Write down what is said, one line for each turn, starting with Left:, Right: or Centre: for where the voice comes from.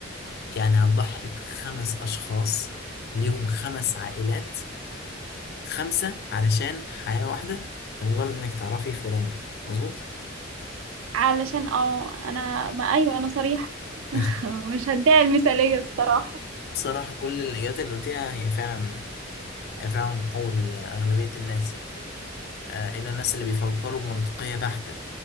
Left: يعني هتضحي بخمس اشخاص ليهم خمس عائلات خمسة علشان حياة واحدة لمجرد انك تعرفي فلان ده مظبوط
Right: علشان اه انا ما ايوه انا صريحة <laughs>
Left: <laughs>
Right: مش هديها المثالية الصراحة
Left: بصراحة كل الإجابات اللي قلتيها هي فعلا هي فعلا قول أغلبية الناس يعني آه، إلا الناس اللي بيفكروا بمنطقية بحتة